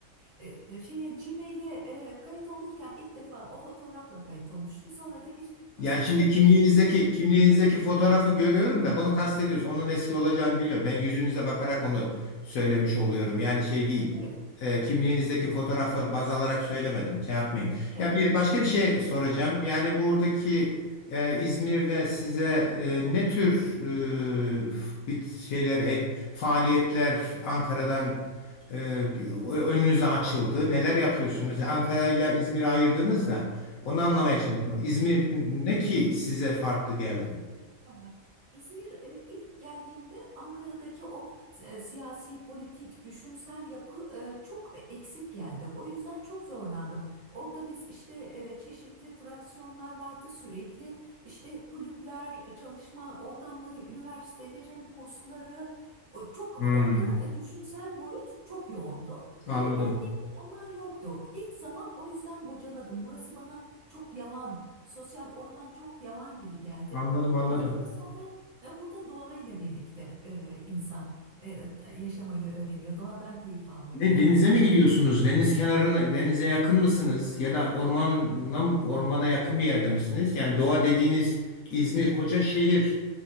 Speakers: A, on the right; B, on the left.
A: e, e, şeye Gmail'e e, kayıt olurken ilk defa o fotoğrafla kayıt olmuştum. Sonra da hiç fırsat
B: Yani şimdi
A: olup
B: kimliğinizdeki
A: da değiştirmedim.
B: kimliğinizdeki fotoğrafı görüyorum da bunu kastediyorsun. Onun eski olacağını biliyorum. Ben yüzünüze bakarak onu söylemiş oluyorum. Yani şey değil.
A: Evet,
B: E, kimliğinizdeki fotoğrafı baz alarak söylemedim. Şey yapmayın.
A: evet,
B: Ya bir başka bir şey soracağım. Yani buradaki e, İzmir'de size e, ne tür e, bir şeyler, e, faaliyetler Ankara'dan e, bir- önünüze açıldı? Neler yapıyorsunuz? Mesela Ankara ile
A: evet,
B: İzmir'i ayırdınız da. Onu anlamaya çalışıyorum. İzmir ne
A: evet.
B: ki size farklı geldi?
A: Aha. İzmir e, ilk geldiğimde Ankara'daki o e, siyasi, politik, düşünsel yapı e, çok e, eksik geldi. O yüzden çok zorlandım. Orada biz işte e, çeşitli fraksiyonlar vardı sürekli. İşte kulüpler, e, çalışma ortamları, üniversitelerin kursları. O çok
B: Hmm,
A: orada e, düşünsel boyut çok yoğundu.
B: anladım.
A: Buraya geldiğimde onlar yoktu. İlk zaman o yüzden bocaladım. Burası bana çok yavan, sosyal ortam çok yavan gibi geldi.
B: Anladım, anladım.
A: Ama daha sonra e, burada doğayla birlikte e, insan e, yaşamayı öğreniyor, doğadan keyif almayı
B: Ne
A: öğreniyor.
B: denize mi gidiyorsunuz? Deniz kenarına, denize yakın mısınız? Ya da ormana, ormana yakın bir yerde misiniz? Yani doğa dediğiniz
A: Evet,
B: İzmir koca şehir.